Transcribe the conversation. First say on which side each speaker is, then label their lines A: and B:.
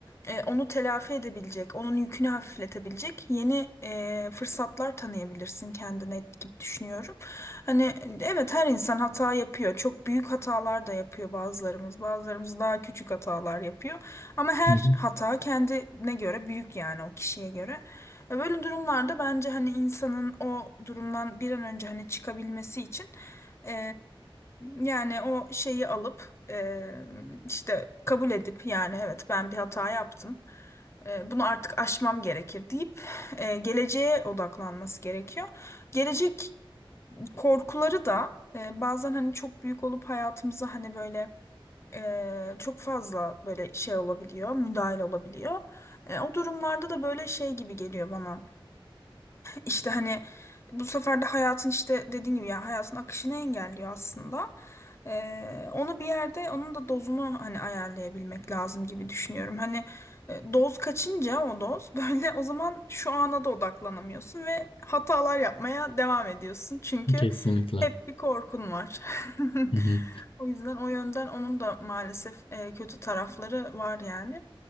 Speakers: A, on the left; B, on the left.
A: e, onu telafi edebilecek, onun yükünü hafifletebilecek yeni e, fırsatlar tanıyabilirsin kendine gibi düşünüyorum. Hani e, evet her insan hata yapıyor. Çok büyük hatalar da yapıyor bazılarımız. Bazılarımız daha küçük hatalar yapıyor. Ama her
B: Hı
A: hata kendine göre büyük yani o kişiye göre. E, Böyle durumlarda bence hani insanın o durumdan bir an önce hani çıkabilmesi için e, yani o şeyi alıp e, işte kabul edip yani evet ben bir hata yaptım. E, bunu artık aşmam gerekir deyip e, geleceğe odaklanması gerekiyor. Gelecek korkuları da e, bazen hani çok büyük olup hayatımıza hani böyle e, çok fazla böyle şey olabiliyor, müdahil olabiliyor. E, o durumlarda da böyle şey gibi geliyor bana. İşte hani bu sefer de hayatın işte dediğin gibi yani hayatın akışını engelliyor aslında. Ee, onu bir yerde onun da dozunu hani ayarlayabilmek lazım gibi düşünüyorum. Hani e, doz kaçınca o doz <laughs> böyle o zaman şu ana da odaklanamıyorsun ve hatalar yapmaya devam ediyorsun. Çünkü
B: hı, kesinlikle.
A: hep bir korkun var. <laughs>
B: Hı hı.
A: O yüzden o yönden onun da maalesef e, kötü tarafları var yani.